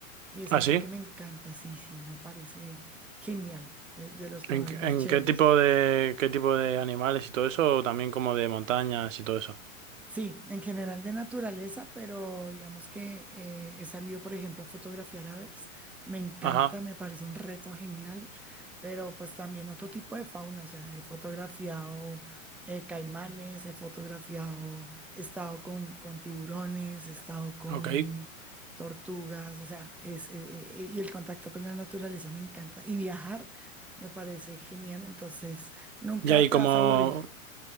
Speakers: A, in the centre; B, on the right.
A: y es
B: ¿Ah,
A: algo
B: sí?
A: que me encanta, sí, sí, me parece genial, de, de los trabajos
B: ¿En, qué
A: más
B: en
A: chéveres.
B: qué tipo de qué tipo de animales y todo eso? O también como de montañas y todo eso.
A: Sí, en general de naturaleza, pero digamos que eh, he salido, por ejemplo, a fotografiar aves. Me encanta,
B: Ajá,
A: me parece un reto genial, pero pues también otro tipo de fauna. O sea, he fotografiado eh, caimanes, he fotografiado, he estado con, con tiburones, he estado con
B: ok.
A: tortugas. O sea, es, eh, eh, eh, y el contacto con la naturaleza me encanta. Y viajar me parece genial, entonces nunca
B: Ya, y
A: te
B: como
A: vas a aburrir.